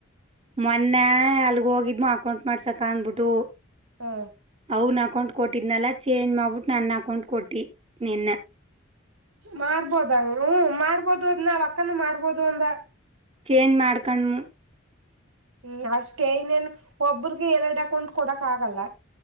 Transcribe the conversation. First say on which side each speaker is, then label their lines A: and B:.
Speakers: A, on the right; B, on the right.
A: ಮೊನ್ನೆ ಅಲ್ಗ ಹೋಗಿದ್ಮ ಅಕೌಂಟ್ ಮಾಡ್ಸಕ ಅಂದ್ಬಿಟ್ಟು.
B: ಹಾ,
A: ಅವನ ಅಕೌಂಟ್ ಕೊಟ್ಟಿದ್ನಲ್ಲ ಚೇಂಜ್ ಮಾಡ್ಬಿಟ್ಟು ನನ್ನ ಅಕೌಂಟ್ ಕೊಟ್ಟಿ ನಿನ್ನೇ.
B: ಮಾಡ್ಬೋದಂಗ ಹ ಮಾಡ್ಬೋದು ಅದನ ಅಕ್ಕನು ಮಾಡಬಹುದು ಅಂದ.
A: ಚೇಂಜ್ ಮಾಡ್ಕಣಿ.
B: ಹ್ಮ್ ಅಷ್ಟು ಹೇಳಿದು ಮೇಲೂ ಒಬ್ಬರಿಗೂ ಎರೆಡು ಅಕೌಂಟ್ ಕೊಡಕ್ ಆಗಲ್ಲ.